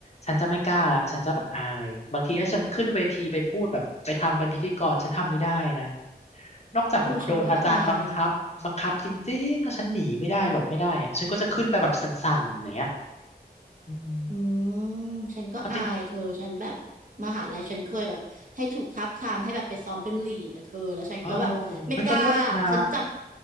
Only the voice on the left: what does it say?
ฉันจะไม่กล้าละฉันจะแบบอายมันขึ้นไปพูดแบบไปทำเป็นพิธีกรฉันทำไม่ได้นะนอกจากแบบโดนอาจารย์บังคับบังคับจริงๆแล้วฉันหนีไม่ได้หลบไม่ได้อะฉันก็จะขึ้นไปแบบสั่นๆอย่างเนี้ย
อืม
เอาจริง
เออเฮ้ยก็เลิศนะ